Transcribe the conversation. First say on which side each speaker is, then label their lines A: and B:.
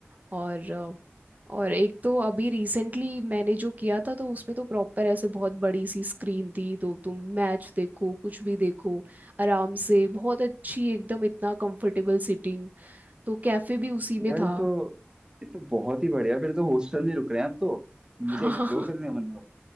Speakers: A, on the right; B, on the right.
A: और अ, और एक तो अभी रिसेंटली मैंने जो किया था तो उसमें तो प्रॉपर ऐसे बहुत बड़ी सी स्क्रीन थी तो तुम मैच देखो कुछ भी देखो आराम से बहुत अच्छी एकदम इतना कंफर्टेबल सिटिंग तो कैफे भी उसी में
B: यार
A: था
B: ये तो ये तो बहुत ही बढ़िया फिर तो हॉस्टल में रुक रहे हैं आप तो
A: <laughs>
B: मुझे
A: हाँ
B: एक्सप्लोर करने का मन हो